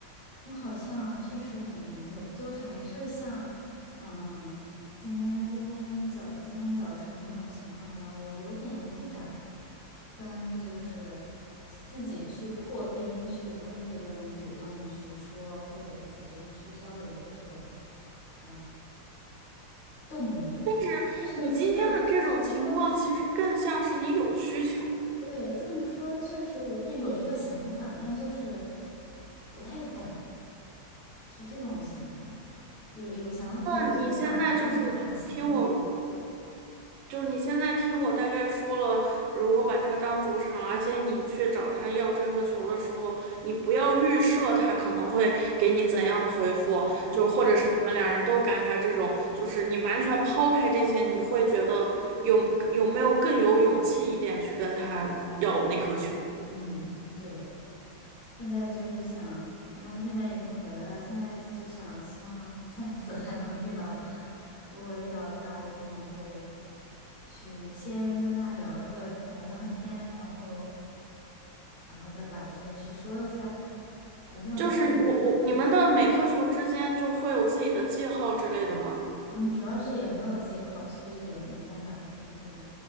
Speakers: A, on the left; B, on the right.
A: 我好像确实也没有，就还是像，嗯、今天今天早今天早晨那种情况一样，我有点不敢跟就是自己去破冰，去跟别人主动去说或者主动去交流的这种，嗯、动力。
B: 是你今天的这种情况，
A: 但是其呃，这么说，
B: 其实更像是你有需求。
A: 对，这么说，确实我是有这个想法，但就是不太敢，是这种情况。有有想有想法，
B: 那你现在就是听我，
A: 但不敢行动。
B: 就你现在听我大概说了，如果把它当主场，而且你去找他要这颗球的时候，你不要预设他可能会给你怎样的回复，
A: 对，
B: 就或者是你们两人都尴尬这种，就是你完全抛开这些，你会觉得有有没有更有勇气一点去跟他要那颗球？
A: 嗯，对。现在就是想，因为我现在已经回来了，现在就想希望下次还能遇到他。如果遇到他，我可能会去先跟他聊一个聊聊天，然后然后再把这件事说一下。反正我
B: 就是我我你们的每颗球之间就会有自己的记号之类的吗？
A: 嗯，主要是也没有记好，所以也没办法分辨。